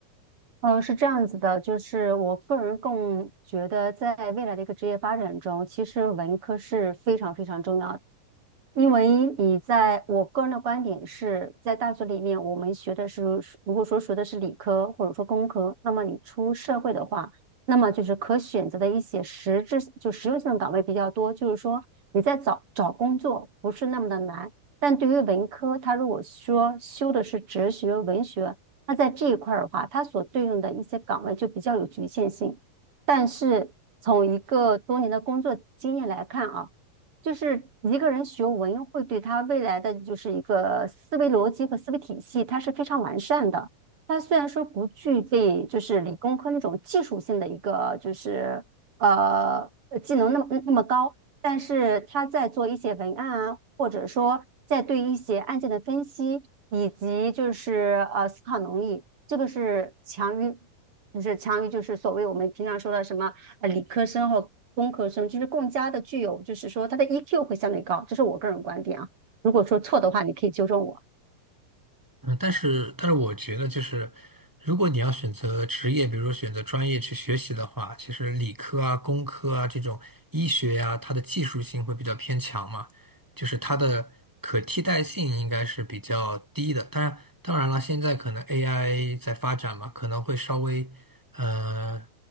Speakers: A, on the right (about 40°); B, in the centre.
A: 呃，是这样子的，就是我个人更觉得，在未来的一个职业发展中，其实文科是非常非常重要因为你在我个人的观点是在大学里面，我们学的是，如果说学的是理科或者说工科，那么你出社会的话，那么就是可选择的一些实质就实用性的岗位比较多，就是说你在找找工作不是那么的难。但对于文科，它如果说修的是哲学、文学，那在这一块儿的话，它所对应的一些岗位就比较有局限性。但是从一个多年的工作经验来看啊。就是一个人学文会对他未来的就是一个思维逻辑和思维体系，它是非常完善的。他虽然说不具备就是理工科那种技术性的一个就是呃呃技能那么那么高，但是他在做一些文案啊，或者说在对一些案件的分析，以及就是呃思考能力，这个是强于，就是强于就是所谓我们平常说的什么。呃理科生或工科生，就是更加的具有，就是说他的 EQ 会相对高，这是我个人观点啊。如果说错的话，你可以纠正我。
B: 嗯，但是但是我觉得就是，如果你要选择职业，比如说选择专业去学习的话，其实理科啊、工科啊这种医学呀、它的技术性会比较偏强嘛，就是它的可替代性应该是比较低的。当然，当然了，现在可能 AI 在发展嘛，可能会稍微呃